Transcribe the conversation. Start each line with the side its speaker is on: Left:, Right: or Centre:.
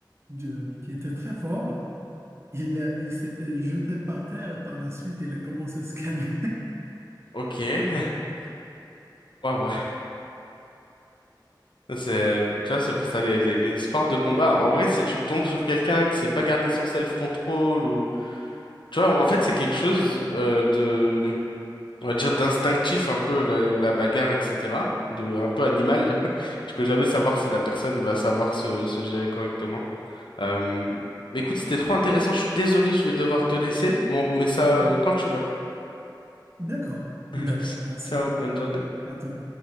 Right: de- qui était très fort. Il, euh, il s'était jeté par terre et par la suite, il a commencé à se <laughs> calmer.
Left: Ok. <laughs> Waouh. C'est, tu vois, c'est pour ça les, les, les sports de combat. En vrai, si tu tombes sur quelqu'un qui sait pas garder son self-control ou, tu vois, en fait, c'est quelque chose euh, de, on va dire d'instinctif un peu la, la bagarre, etc. De un peu animal. <laughs> Tu peux jamais savoir si la personne va savoir se, se gérer correctement. Euh, mais écoute, c'était trop intéressant. Je suis désolé, je vais devoir te laisser, mais on remet ça euh,
Right: Oui.
Left: quand tu veux.
Right: D'accord,
Left: <laughs>
Right: d'accord, merci.
Left: Ciao, bonne journée.
Right: À tout.